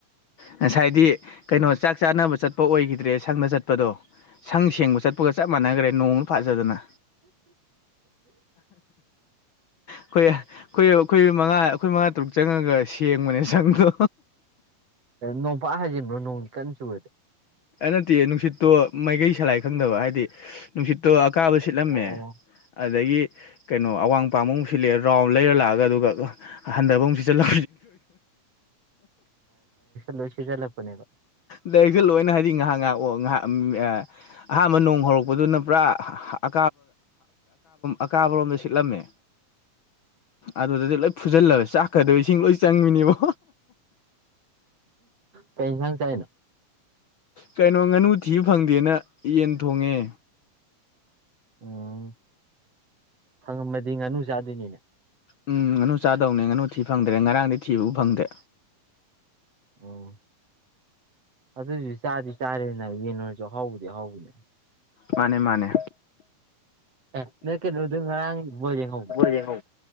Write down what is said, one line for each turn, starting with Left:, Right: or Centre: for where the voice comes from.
Left: ꯉꯁꯥꯏꯗꯤ ꯀꯩꯅꯣ ꯆꯥꯛ ꯆꯥꯅꯕ ꯆꯠꯄ ꯑꯣꯏꯈꯤꯗ꯭ꯔꯦ ꯁꯪꯗ ꯆꯠꯄꯗꯣ ꯁꯪ ꯁꯦꯡꯕ ꯆꯠꯄꯒ ꯆꯞ ꯃꯥꯟꯅꯈ꯭ꯔꯦ ꯅꯣꯡꯅ ꯐꯥꯖꯗꯅ ꯍꯈꯣꯏ ꯑꯩꯈꯣꯏ ꯑꯩꯈꯣꯏ ꯃꯉꯥ ꯑꯩꯈꯣꯏ ꯃꯉꯥ ꯇꯔꯨꯛ ꯆꯪꯉꯒ ꯁꯦꯡꯕꯅꯦ ꯁꯪꯗꯣ
Right: ꯅꯣꯡꯄꯥꯛ ꯍꯥꯏꯖꯤꯟꯕ꯭ꯔꯣ ꯅꯣꯡꯗꯤ ꯀꯟꯅ ꯆꯨꯔꯗꯤ
Left: ꯅꯠꯇꯦ ꯅꯨꯡꯁꯤꯠꯇꯣ ꯃꯥꯏꯀꯩ ꯁꯂꯥꯏ ꯈꯪꯗꯕ ꯍꯥꯏꯗꯤ ꯅꯨꯡꯁꯤꯠꯇꯣ ꯀꯥꯕ ꯁꯤꯠꯂꯝꯃꯦ
Right: ꯑꯣ ꯑꯣ
Left: ꯑꯗꯒꯤ ꯀꯩꯅꯣ ꯑꯋꯥꯡ ꯄꯄꯥꯝꯕꯨꯛ ꯁꯤꯠꯂꯑꯦ ꯔꯥꯎꯟ ꯂꯩꯔ ꯂꯥꯛꯑꯒ ꯑꯗꯨꯒ ꯍꯟꯊꯕ ꯑꯃ ꯁꯤ ꯆꯂ
Right: ꯂꯣꯏꯁꯤ ꯆꯂꯄꯅꯦꯕ
Left: ꯂꯥꯏꯔꯤꯛꯁꯨ ꯂꯣꯏꯅ ꯍꯥꯏꯗꯤ ꯉꯥꯏꯍꯥꯛ ꯉꯥꯏꯍꯥꯛ ꯉꯥꯏꯍꯥꯛ ꯑꯍꯥꯟꯕ ꯅꯣꯡ ꯍꯧꯔꯛꯄꯗꯨꯅ ꯄꯨꯔꯥ ꯥ ꯑꯀꯥꯕꯔꯣꯝꯗ ꯁꯤꯠꯂꯝꯃꯦ
Right: <inaudible>
Left: ꯑꯗꯨꯗꯗꯤ ꯂꯣꯏ ꯐꯨꯖꯜꯂꯕ ꯆꯥꯛꯀꯗꯣꯏ ꯏꯁꯤꯡ ꯂꯣꯏ ꯆꯪꯃꯤꯅꯦꯕ
Right: ꯀꯩ ꯏꯟꯁꯥꯡ ꯆꯥꯏꯅ
Left: ꯀꯩꯅꯣ ꯉꯥꯅꯨ ꯊꯤꯕ ꯐꯪꯗꯦꯅ ꯌꯦꯟ ꯊꯣꯡꯉꯦ
Right: ꯎꯝ ꯍꯪꯉꯝꯃꯗꯤ ꯉꯥꯅꯨ ꯆꯥꯗꯣꯏꯅꯤꯅꯦ
Left: ꯎꯝ ꯉꯥꯅꯨ ꯆꯥꯗꯧꯅꯤ ꯉꯥꯅꯨ ꯊꯤ ꯐꯪꯗ꯭ꯔꯦ ꯉꯔꯥꯡꯗꯤ ꯊꯤꯕꯕꯨ ꯐꯪꯗ꯭ꯔꯦ
Right: ꯑꯣ ꯑꯗꯨꯁꯨ ꯆꯥꯗꯤ ꯆꯥꯔꯦꯅ ꯌꯦꯟ ꯑꯣꯏꯔꯁꯨ ꯑꯍꯥꯎꯕꯗꯤ ꯑꯍꯥꯎꯕꯅꯦ
Left: ꯃꯥꯅꯦ ꯃꯥꯅꯦ
Right: ꯑꯦ ꯅꯪ ꯀꯩꯅꯣꯗꯣ ꯉꯔꯥꯡ ꯕꯣꯜ ꯌꯦꯡꯍꯧꯕ꯭ꯔꯥ
Left: ꯦ